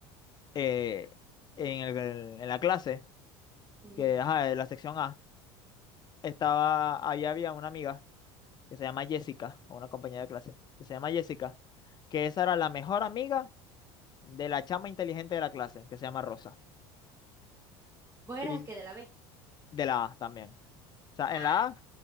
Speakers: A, on the left (about 35°); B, on the right (about 20°).
A: eh, en el- en la clase,
B: Ujú.
A: que, ajá, en la sección A, estaba, ahí había una amiga que se llama Jessica, o una compañera de clase, que se llama Jessica, que esa era la mejor amiga de la chama inteligente de la clase, que se llama Rosa.
B: Vos eras
A: Y
B: el que de la B.
A: de la A también. O sea,
B: Ah,
A: en la A,